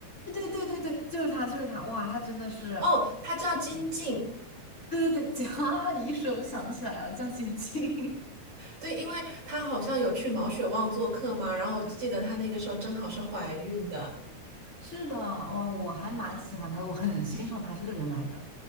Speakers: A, on the left; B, on the right.
A: 对对对对对，就是他，就是他。哇，他真的是，
B: 哦，他叫金靖。
A: 嗯，对对对，<laughs> 景啊，你一说我就想起来了，叫晶晶。
B: 对，因为他好像有去毛血旺做客嘛，然后我记得他那个时候正好是怀孕的。
A: <laughs> 是的，哇，我还蛮喜欢他的，我很欣赏他这个人来着。